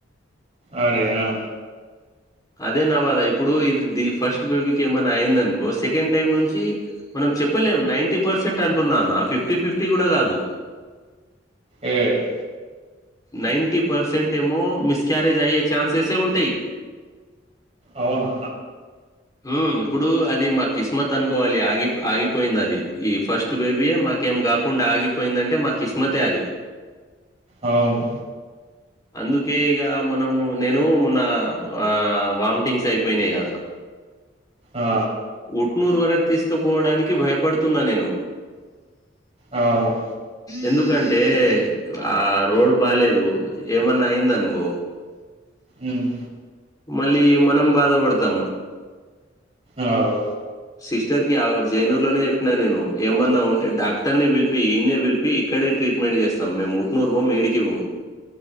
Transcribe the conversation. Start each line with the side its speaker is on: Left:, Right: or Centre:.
Right: ఆరే ఆ
Left: అదే నా బాధ ఇప్పుడు ఇది ది ఫస్ట్ బేబీకి ఏమన్నా అయిందనుకో సెకండ్ టైమ్ నుంచి మన చెప్పలేం నైటీ పర్సెంట్ అంటున్నాన్న ఫిఫ్టీ ఫిఫ్టీ కూడా కాదు
Right: ఏ
Left: నైంట పర్సెంట్ ఏమో మిస్క్యారేజ్ అయ్యే ఛాన్సెసే ఉంటాయి
Right: అవునా
Left: ఉమ్ ఇప్పుడు అది మాకు కిస్మత్ అనుకోవాలి ఆగి ఆగిపోయింది అది ఈ ఫస్ట్ బేబీయే మాకి ఏం కాకుండా ఆగిపోయిందంటే మా కిస్మతే అది
Right: అవును
Left: అందుకే ఇగ మనము నేను మొన్న ఆ వామిటింగ్స్ అయిపోయినాయి కదా
Right: ఆ
Left: ఉట్నూరు వరకు తీసుకుపోవడానికి భయపడుతున్నా నేను
Right: అవును
Left: ఎందుకంటే ఆ రోడ్ బాలేదు ఏమన్నా అయింద అనుకో
Right: ఉమ్
Left: మళ్ళీ మనం బాధపడతాం
Right: అవ్
Left: సిస్టర్ కి అవ జైననూర్ లోనే చెప్పిన నేను ఏమన్నా ఉంటే డాక్టర్ ని పిలిపి ఈన్నే పిలిపియ్ ఇక్కడే ట్రీట్మెంట్ చేస్తాం మేము ఉట్నూరు బోం ఏడికి బోమ్